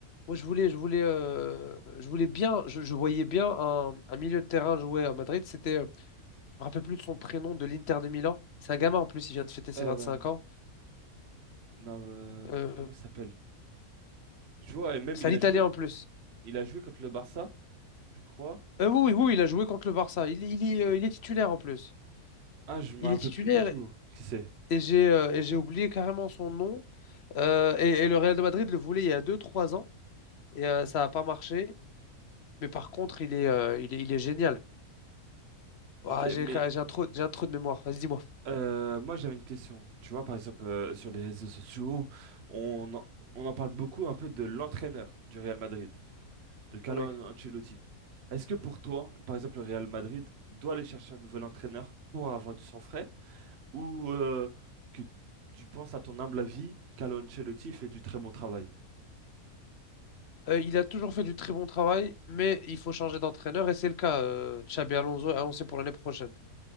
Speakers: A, on the left (about 55°); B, on the right (about 50°).
A: moi, je voulais, je voulais, euh, je voulais bien, je, je voyais bien un, un milieu de terrain jouer à Madrid. C'était, euh, je me rappelle plus de son prénom, de l'Inter de Milan. C'est un gamin en plus, il vient de fêter ses
B: Euh,
A: 25 ans.
B: non, euh,
A: Euh,
B: comment ça s'appelle? Je vois, et même
A: c'est
B: il
A: un Italien
B: a joué,
A: en plus.
B: il a joué contre le Barça, je crois.
A: Euh, oui, oui, oui, il a joué contre le Barça. Il, est- il est, euh, il est titulaire en plus.
B: Ah, je
A: Il
B: me rappelle
A: est titulaire
B: plus du tout. hein. Qui c'est?
A: et j'ai euh, et j'ai oublié carrément son nom. Euh, et, et le Real de Madrid le voulait il y a deux trois ans et euh, ça n'a pas marché. Mais par contre, il est, euh, il est, il est génial. Ah,
B: Ok,
A: j'ai
B: mais
A: j'ai un trou, j'ai un trou de mémoire. Vas-y, dis-moi.
B: euh, moi j'avais une question. Tu vois, par exemple, euh, sur les réseaux sociaux, on en, on en parle beaucoup un peu de l'entraîneur du Real Madrid. de Carlo
A: Oui.
B: Ancelotti. Est-ce que pour toi, par exemple, le Real Madrid doit aller chercher un nouvel entraîneur pour avoir du sang frais ou euh, que tu penses à ton humble avis, Carlo Ancelotti fait du très bon travail?
A: Euh, il a toujours fait du très bon travail, mais il faut changer d'entraîneur et c'est le cas. euh, Xabi Alonso est annoncé pour l'année prochaine.